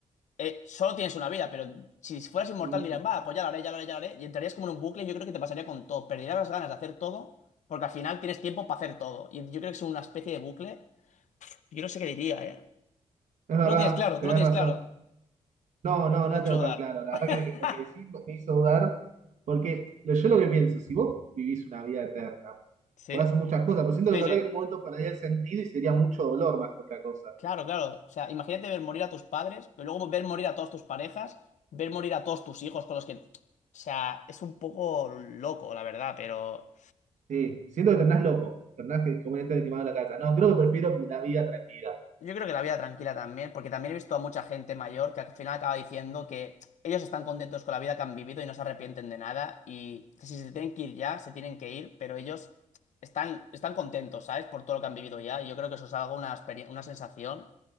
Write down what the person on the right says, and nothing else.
mm,
es verdad,
tenés
razón.
No, no,
no
tengo tan
claro. La verdad
que lo que, lo que decís me hizo dudar, porque lo- yo lo que pienso, si vos vivís una vida eterna,
podés hacer muchas cosas, pero siento
que es verdad
que en un momento perdería el sentido y sería mucho dolor más que otra cosa.
Sí, siento que tornás loco, tornás que como entra el quemado de la casa. No, creo que prefiero la vida tranquila.